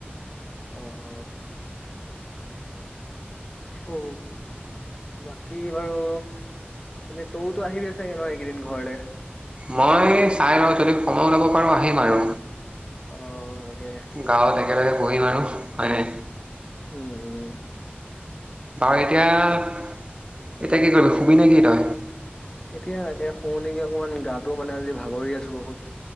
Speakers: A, on the left (about 20°); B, on the right (about 25°).
A: অ অ অ বাকী বাৰু এনেই তয়োতো আহিবিয়ে চাগে নহয় কেইদিন ঘৰলৈ
B: মই চাই লওঁ যদি সময় ওলাব পাৰোঁ আহিম আৰু
A: অ' তাকে
B: গাঁৱত একেলগে পঢ়িম আৰু হয়ানে
A: উম উম
B: বাৰু এতিয়া এতিয়া কি কৰিবি সুবি নে কি তই
A: এতিয়া তাকে শুও নেকি অকণমান গাটো মানে আজি ভাগৰি আছো বহুত